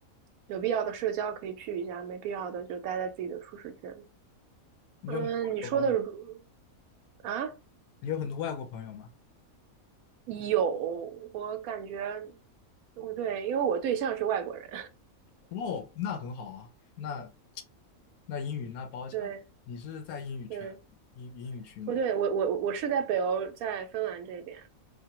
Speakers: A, on the right; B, on the left.
A: 有必要的社交可以去一下，没必要的就待在自己的舒适圈。
B: 你有很多朋友。
A: 嗯，你说的如啊，
B: 你有很多外国朋友吗？
A: 有，我感觉不对，因为我对象是外国人，
B: 哦，那很好啊，那那英语那包强。
A: <laughs> 对
B: 你是在英语圈、
A: 对，
B: 英英语区吗？
A: 不对，我我我是在北欧，在芬兰这边，